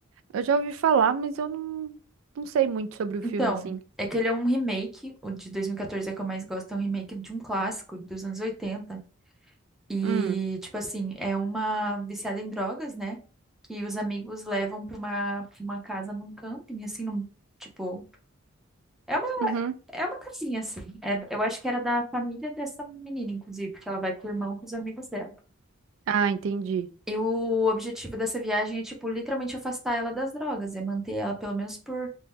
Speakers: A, on the right; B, in the centre.
A: Eu já ouvi falar, mas eu não, não sei muito sobre o filme,
B: Então,
A: assim.
B: é que ele é um remake, o de 2014 é que eu mais gosto, é um remake de um clássico dos anos oitenta E,
A: Hum.
B: tipo assim, é uma viciada em drogas, né? Que os amigos levam pra uma, pra uma casa num camping, assim, num, tipo, é uma,
A: Uhum.
B: é uma casinha, assim. É- eu acho que era da família dessa menina, inclusive, porque ela vai com o irmão, com os amigos dela.
A: Ah, entendi.
B: E o objetivo dessa viagem é, tipo, literalmente afastar ela das drogas, é manter ela pelo menos por